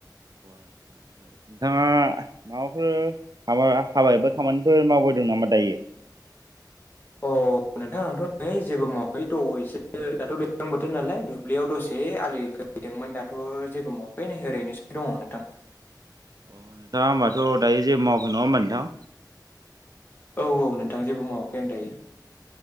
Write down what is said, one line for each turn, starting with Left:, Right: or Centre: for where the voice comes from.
Right: उ नोंथाङा माबाफोर हाबा हाबा एबा खामानिफोर मावबोदों नामा दायो <inaudible> <unintelligible>
Left: औ नोंथां आंथ' नै जेबो मावाखै दहसो दाथ' दैज्लां बोथोर नालाय दुब्लियाव दसे आलि खो खोहैदोंमोन दाथ' जेबो मावाखै नै ओरैनोसो दङ नोंथां
Right: अ नोंथाङा होमबाथ' दायो जेबो मावखै नङा होनबा नोंथां
Left: औ औ नोंथां जेबो मावाखै आं दायो